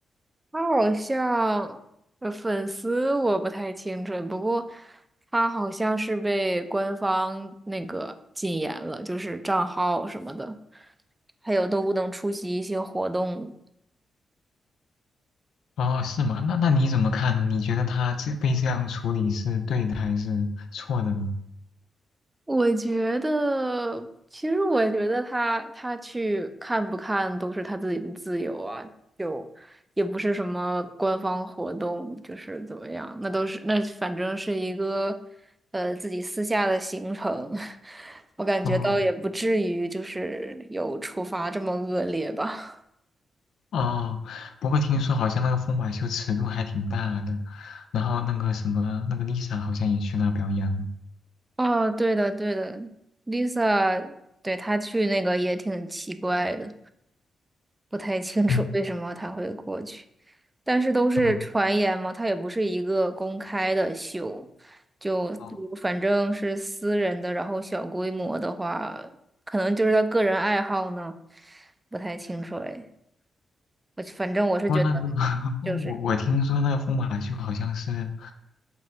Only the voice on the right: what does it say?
他好像呃粉丝我不太清楚，不过他好像是被官方那个禁言了，就是账号什么的，还有都不能出席一些活动。
我觉得，其实我觉得他他去看不看都是他自己的自由啊，就也不是什么官方活动，就是怎么样，那都是那反正是一个呃自己私下的行程，<laughs> 我感觉倒也不至于就是有处罚这么恶劣吧。
<laughs> 哦，对的对的，Lisa，对，他去那个也挺奇怪的，不太清楚为什么他会过去。
但是都是传言嘛，
它也不是一个公开的秀，就反正是私人的，
然后小规模的话，可能就是他个人爱好呢，不太清楚哎。我反正我是觉得，
就是